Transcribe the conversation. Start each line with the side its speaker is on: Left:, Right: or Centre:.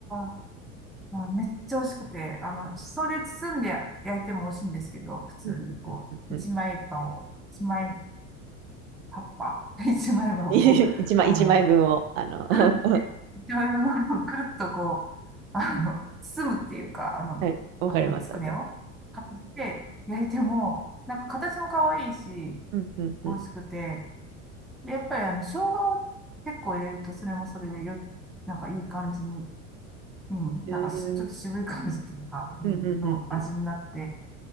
Centre: あ、まあめっちゃ美味しくて、あの、しそで包んで焼いても美味しいんですけど、普通にこう、
Right: うん、うん、うん。うん
Centre: 一枚葉を、一枚葉っぱ、<laughs> 一枚葉をこう、
Right: い <laughs> 一枚、
Centre: あの、
Right: 一枚分を、あの
Centre: くるって、
Right: <laughs>
Centre: 醤油のものを <laughs> くるっとこう、あの、包むっていうか、あの、
Right: はい。わかります、
Centre: あの、つくねを買って焼いても、
Right: わかります。
Centre: なんか形も可愛いし、
Right: うん、うん、
Centre: 美味しくて、
Right: うん。
Centre: で、やっぱりあの、生姜を結構入れると、それもそれでよ、なんかいい感じに、うん、
Right: へー
Centre: なんかしちょっと渋い感じっていうか、うんの味になって、
Right: うん、うん、うん、うん。